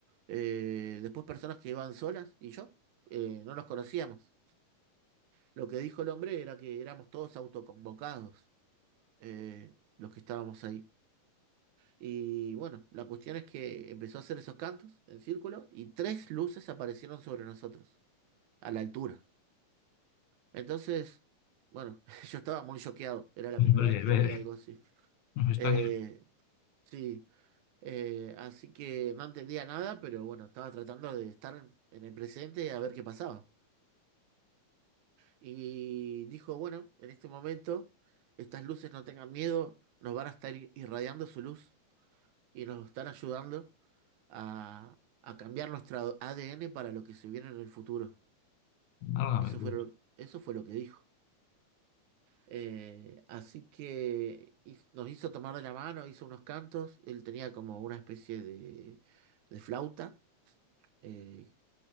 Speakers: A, on the right; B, on the left.
A: eh, después personas que iban solas y yo, eh, no nos conocíamos. Lo que dijo el hombre era que éramos todos autoconvocados, eh, los que estábamos ahí. Y bueno, la cuestión es que empezó a hacer esos cantos en círculo y tres luces aparecieron sobre nosotros, a la altura. Entonces, bueno, <laughs> yo estaba muy choqueado, era la
B: Hombre,
A: primera vez que
B: a ver,
A: veía algo así.
B: <laughs> me extraña,
A: Eh, sí, eh, así que no entendía nada, pero bueno, estaba tratando de estar en el presente a ver qué pasaba. Y dijo, bueno, en este momento, estas luces no tengan miedo, nos van a estar ir- irradiando su luz y nos están ayudando a, a cambiar nuestro ADN para lo que se viene en el futuro.
B: válgame
A: Eso
B: Dios.
A: fue lo, eso fue lo que dijo. Eh, así que hi- nos hizo tomar de la mano, hizo unos cantos, él tenía como una especie de de flauta eh,